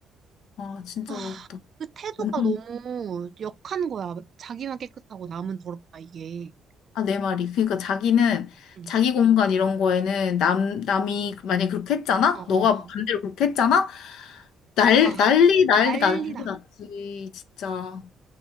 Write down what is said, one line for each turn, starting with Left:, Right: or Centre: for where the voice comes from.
Left: 아, 진짜
Right: 아,
Left: 외롭다.
Right: 그 태도가
Left: 완전
Right: 너무 역한 거야. 자기만 깨끗하고 남은 더럽다, 이게.
Left: 아, 내 말이. 그러니까 자기는
Right: 응.
Left: 자기 공간 이런 거에는 남, 남이 만약에 그렇게 했잖아?
Right: 어, 어,
Left: 너가
Right: 어.
Left: 반대로 그렇게 했잖아? 날,
Right: 아,
Left: 난리, 난리,
Right: 난리
Left: 난리
Right: 나.
Left: 났지. 진짜.